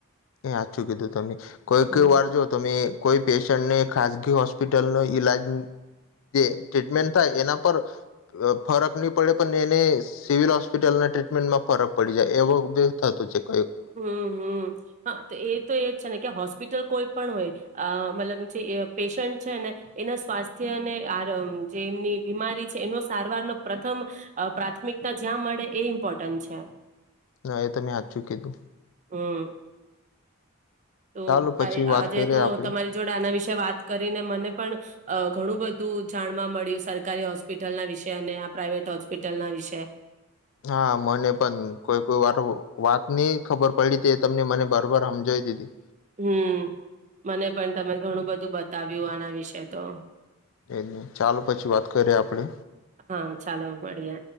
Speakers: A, on the left; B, on the right.
A: એ, સાચું કીધું તમે કોઈક
B: હમ
A: વાર જો તમે કોઈ પેશન્ટને ખાસગી. હોસ્પિટલ ન ઈલાજ જે ટ્રીટમેન્ટ થાય, એના પર ફરક નહી, પડે પણ એને સિવિલ હોસ્પિટલના ટ્રીટમેન્ટમાં ફરક પડી જાય એવું થત.
B: હમ હમ. હા, તો એ તો એ જ છે. ને કે હોસ્પિટલ કોઈ પણ હોય મતલબ જે પેશન્ટ છે. ને એના સ્વાસ્થ્ય અને આ જે એમની બીમારી છે. એનો સારવારનો પ્રથમ પ્રાથમિકતા જ્યાં મળે એ ઇમ્પોર્ટન્ટ છે.
A: ના એ તમે હાચું કીધું
B: હ. તો
A: ચાલો પછી
B: તારી
A: વાત
B: આજે
A: કરીએ
B: તો
A: આપડે
B: તમારી જોડે આના વિશે વાત કરીને મને પણ. ઘણું, બધું જાણવા મળ્યું સરકારી હોસ્પિટલના વિશે અને આ પ્રાાઈવેટ હોસ્પિટલના વિશે.
A: હા, મને પણ કોઈ કોઈ વાર વાત નહી ખબર પડી હતી, એ તમને મને બરબર સમજાવી દીધી.
B: હમ, મને પણ તમે ઘણું બધું બતાવ્યું આના વિશે તો.
A: એ, નહી ચાલો પછી, વાત કરીએ આપડે.
B: હા ચાલો મળીએ